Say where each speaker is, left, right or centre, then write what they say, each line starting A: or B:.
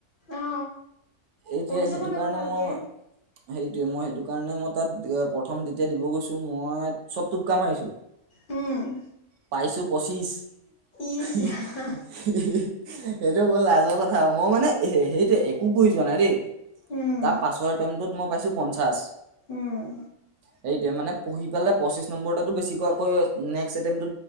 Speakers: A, on the left; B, on the right.
A: অ,
B: এতিয়া,
A: পঢ়ি যাব
B: সেইটো
A: লাগিব
B: কাৰণে
A: ভালকে
B: মই এইতোয়ে মই সেইটো কাৰণে মই তাত, প্ৰথম যেতিয়া দিব গৈছো মই চব টোপকা মাৰিছো।
A: উম'।
B: পাইছোঁ পঁচিছ।
A: ইচ
B: <unintelligible>
A: ৰাম
B: লাজৰ কথা আৰু। মই মানে সেইটো একো পঢ়ি যোৱা নাই দেই।
A: উম,
B: তাৰ পাছৰ এটেমটোত মই পাইছো পঞ্চাশ।
A: উম,
B: সেইটোয়ে মানে পঢ়ি পালে পঁচিশ নম্বৰৰতো বেছিকৈ <unintelligible> নেকচ্ এটেম